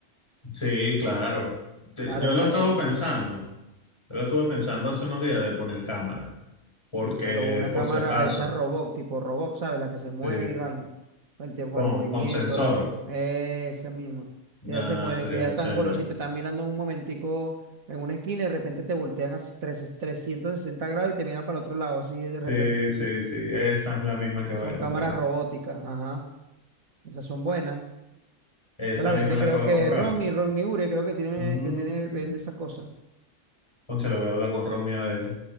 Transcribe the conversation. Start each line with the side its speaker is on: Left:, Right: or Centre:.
Left: Sí, claro. Te-
Right: Claro,
Left: Yo
Right: exacto,
Left: lo he estado
Right: porque
Left: pensando. Yo lo estuve pensando hace unos días de poner cámara, porque
Right: Sí, claro, una
Left: por
Right: cámara
Left: si acaso,
Right: de esas robot, tipo robot, ¿sabes? Las que se mueven
Left: sí,
Right: y van el tiempo,
Left: con,
Right: con el movimiento,
Left: con sensor.
Right: la broma. Esa misma.
Left: Nada,
Right: Que ya se mueven,
Left: sería
Right: que ya están
Left: chévere.
Right: por los sitios, están mirando un momentico en una esquina y de repente te voltean así tres- 360 grados y te miran para el otro lado, así de
Left: Sí,
Right: repente.
Left: sí, sí, esa es la misma que voy
Right: Son
Left: a comprar.
Right: cámaras robóticas, ajá. Esas son buenas.
Left: Esa
Right: Se la
Left: misma
Right: vende,
Left: es la
Right: creo
Left: que voy
Right: que
Left: a comprar.
Right: Ronnie, Ronnie Ure, creo que tiene,
Left: Mm.
Right: que tiene, vende esas cosas.
Left: Concha, le voy a hablar con Ronnie a ver.